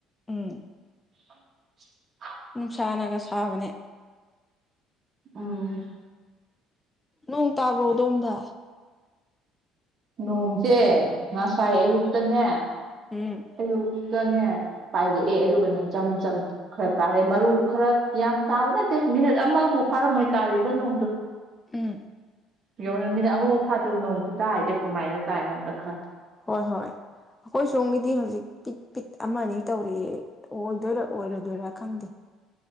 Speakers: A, on the left; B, on the right.
A: ꯎꯝ
B: <unintelligible>
A: ꯅꯨꯡꯁꯥꯅꯒ ꯁꯥꯕꯅꯦ
B: ꯎꯝ
A: ꯅꯣꯡ ꯇꯥꯕ꯭ꯔꯣ ꯑꯗꯣꯝꯗ
B: ꯅꯣꯡꯁꯦ ꯉꯁꯥꯏ ꯑꯌꯨꯛꯇꯅꯦ
A: ꯎꯝ
B: ꯑꯣ ꯅꯦ ꯄꯥꯏꯔꯛꯑꯦ ꯑꯗꯨꯒꯅꯦ ꯆꯝ ꯆꯝ ꯈꯔ ꯇꯥꯔꯦ ꯃꯔꯨ ꯈꯔ ꯌꯥꯝ ꯇꯥꯕꯅꯦ ꯃꯤꯅꯠ ꯑꯃꯐꯥꯎ ꯐꯥꯔꯝꯃꯣꯏ ꯇꯥꯔꯤꯕ ꯅꯣꯡꯗꯣ
A: ꯎꯝ
B: ꯌꯧꯔꯃꯤꯅ ꯑꯃꯨꯛ ꯐꯥꯗꯕ ꯅꯣꯡ ꯇꯨꯠ ꯇꯥꯏꯗꯦ ꯀꯃꯥꯏꯅ ꯇꯥꯏꯅ ꯑꯝꯇ ꯈꯟꯂꯨ
A: ꯍꯣꯏ ꯍꯣꯏ ꯑꯩꯈꯣꯏ ꯁꯣꯝꯒꯤꯗꯤ ꯍꯧꯖꯤꯛ ꯄꯤꯠ ꯄꯤꯠ ꯑꯃ ꯑꯅꯤ ꯇꯧꯔꯤꯛꯦ ꯑꯣꯏꯗꯣꯏꯔꯥ ꯑꯣꯏꯔꯣꯏꯗꯣꯏꯔꯥ ꯈꯪꯗꯦ